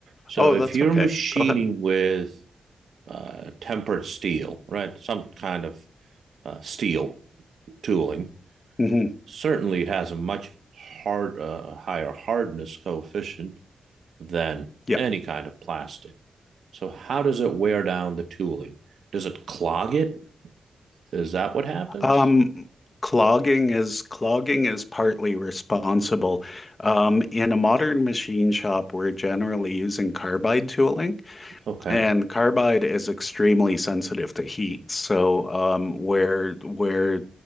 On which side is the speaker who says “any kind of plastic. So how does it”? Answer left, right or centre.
Right